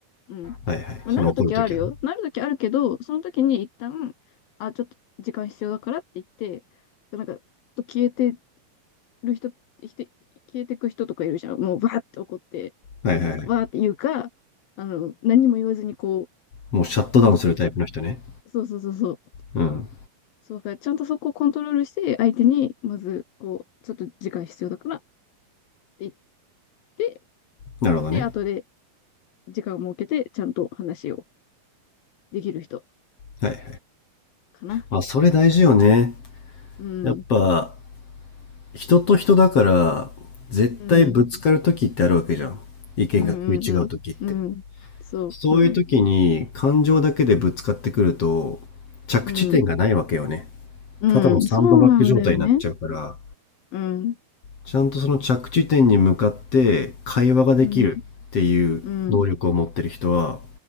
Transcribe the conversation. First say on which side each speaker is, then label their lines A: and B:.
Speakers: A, on the left; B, on the left.
A: うん。
B: はいはい。
A: まあなるときあるよ。
B: その怒るときはね。
A: なるときあるけど、そのときに一旦、あ、ちょっと時間必要だからって言って、なんか、ちょっと消えてる人、生きて、消えてく人とかいるじゃん。もう、わーって怒って、
B: はいはいはい。
A: なんか、わーって言うか、あの、何も言わずにこ
B: もうシャットダウンするタイプの人ね。
A: う、どっか行っちゃう。そうそうそうそう。
B: うん。
A: そうだ、ちゃんとそこをコントロールして、相手に、まず、こう、ちょっと時間必要だからって言って、
B: なるほどね。
A: で、後で時間を設けて、ちゃんと話をできる人
B: はいはい。
A: かな。
B: まあそれ大事よね。
A: うん、
B: やっぱ、人と人だから、絶対ぶつかるときってあるわけじゃん。
A: うん、
B: 意見が食い違うときって。
A: うん、うん、うん、うん、そう、
B: そういう時に感情だけでぶつかってくると着地点がないわけよね。
A: うん、うん、うん、
B: ただのサンドバッグ状態になっちゃうから、
A: そうなんだよね。うん、
B: ちゃんとその着地点に向かって会話ができるっていう能力を持ってる人は
A: うん、うん、